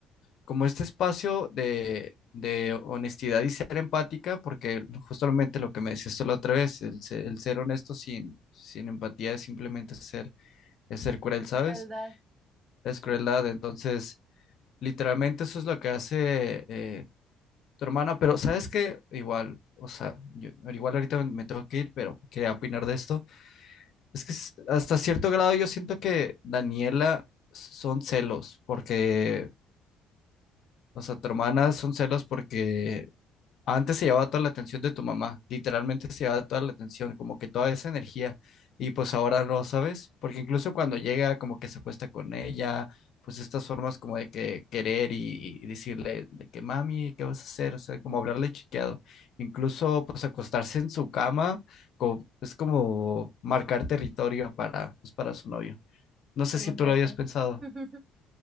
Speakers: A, on the left (about 60°); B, on the right (about 30°).
A: como este espacio de, de honestidad y ser empática, porque justamente lo que me decías tú la otra vez, el, se- el ser honesto sin, sin empatía es simplemente ser, es ser cruel,
B: Es
A: ¿sabes?
B: crueldad
A: es crueldad. Entonces, literalmente eso es lo que hace eh, tu hermana, pero ¿sabes qué? Igual, o sea, yo, igual ahorita me, me tengo que ir, pero quería opinar de esto. Es que s- hasta cierto grado yo siento que Daniela son celos, porque, o sea, tu hermana son celos porque Antes se llevaba toda la atención de tu mamá, literalmente se llevaba toda la atención, como que toda esa energía, y pues ahora no, ¿sabes? Porque incluso cuando llega, como que se acuesta con ella, pues estas formas como de que querer y, y decirle de que mami, ¿qué vas a hacer? O sea, como hablarle chiqueado. Incluso pues acostarse en su cama, co- es como marcar territorio para, pues, para su novio. No sé
B: como
A: si
B: un
A: tú
B: gato.
A: lo habías pensado.
B: <laughs>